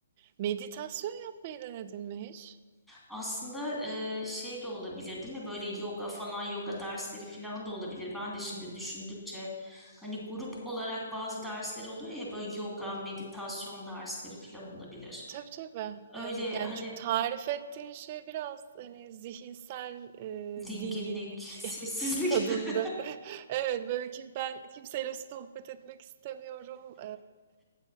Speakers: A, on the right; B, in the centre.
A: meditasyon yapmayı denedin mi hiç?
B: Aslında e, şey de olabilir değil mi? Böyle yoga falan, yoga dersleri falan da olabilir. Ben de şimdi düşündükçe hani grup olarak bazı dersler oluyor ya böyle yoga, meditasyon dersleri falan olabilir.
A: Tabii, tabii.
B: Öyle
A: Evet, yani,
B: hani
A: çünkü tarif ettiğin şey biraz, hani, zihinsel, eee,
B: dinginlik,
A: dinginlik
B: sessizlik.
A: <laughs> tadında.
B: <laughs>
A: <laughs> Evet, böyle, ki ben kimseyle sohbet etmek istemiyorum,